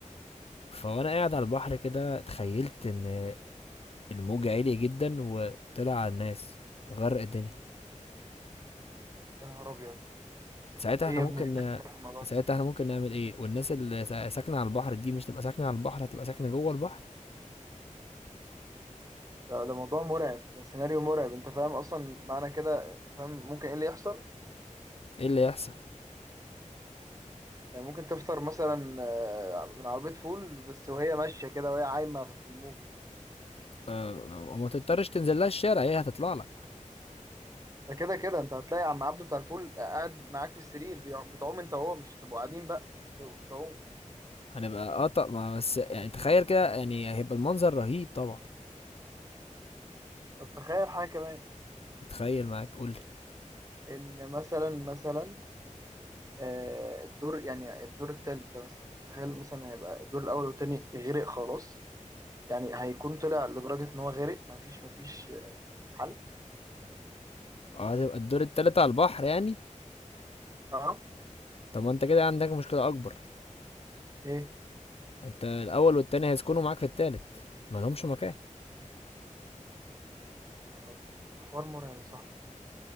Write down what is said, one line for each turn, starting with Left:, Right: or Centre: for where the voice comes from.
Left: فوانا قاعد على البحر كده تخيلت ان الموج عالي جدا وطلع على الناس وغرق الدنيا
Right: يا نهار ابيض
Left: ساعتها
Right: ايه
Left: احنا
Right: يا
Left: ممكن
Right: ابني اللي جبت معاك الموضوع
Left: ساعتها
Right: ده
Left: احنا ممكن نعمل ايه والناس اللي سا- ساكنه على البحر دي مش تبقى ساكنه على البحر هتبقى ساكنه جوه البحر
Right: ده ده موضوع مرعب ده سيناريو مرعب انت فاهم اصلا معنى كده انت فاهم ممكن ايه اللي يحصل
Left: ايه اللي يحصل
Right: يعني ممكن تفطر مثلا آه، من عربية فول بس وهي ماشية كده وهي عايمة في الموجة
Left: أه وما تضطرش تنزل لها الشارع هي هتطلع لك
Right: ده كده كده انت هتلاقي عم عبده بتاع الفول قاعد معاك في السرير بيع- بتعوم انت وهو مش هتبقوا قاعدين بقى بتبقوا بتعوم
Left: هنبقى قطع ما بس يعني تخيل كده يعني هيبقى المنظر رهيب طبعا
Right: طب تخيل حاجة كمان
Left: اتخيل معاك قولي
Right: ان مثلا مثلا آه، الدور يعني الدور التالت ده مثلا تخيل مثلا هيبقى الدور الأول والتاني غرق خلاص يعني هيكون طلع لدرجة إن هو غرق مفيش مفيش حل
Left: اه هتبقى الدور التالت على البحر يعني
Right: أه
Left: طب ما انت كده عندك مشكلة أكبر
Right: إيه
Left: انت الأول والتاني هيسكنوا معاك في التالت ما لهمش مكان
Right: يا نهار أبيض ده حوار مرعب صح